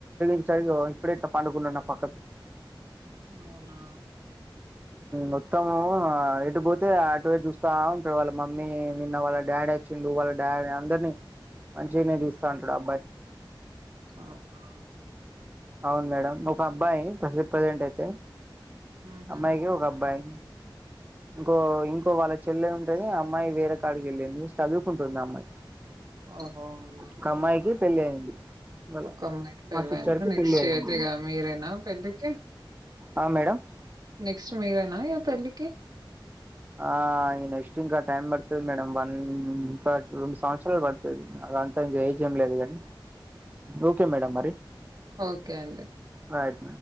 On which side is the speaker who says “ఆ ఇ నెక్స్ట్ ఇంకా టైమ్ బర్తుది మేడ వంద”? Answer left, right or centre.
Right